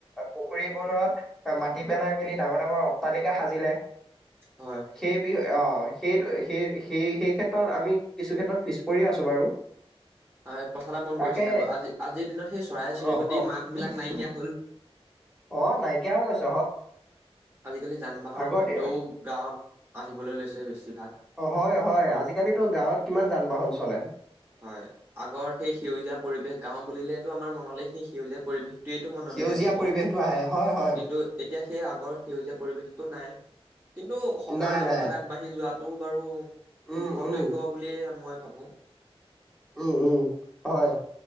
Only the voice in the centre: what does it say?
পুখুৰীবোৰত মাটি পেলাই মেলি ডাঙৰ- ডাঙৰ অট্টালিকা সাজিলে।
সেই বি অ, সেইটো সেই- সেই- সেই ক্ষেত্ৰত আমি কিছু ক্ষেত্ৰত পিছ পৰিয়ে আছো বাৰু।
তাকে
অ কওক
অ, নাইকিয়া হৈ গৈছ।
আগৰ
দি
অ, হয় - হয় আজিকালিতো গাৱত কিমান যান বাহন চলে।
সেউজীয়া
পৰিৱেশটো আহে হয় হয়
নাই
নাই
উম,
উম,
উম - উম হয়।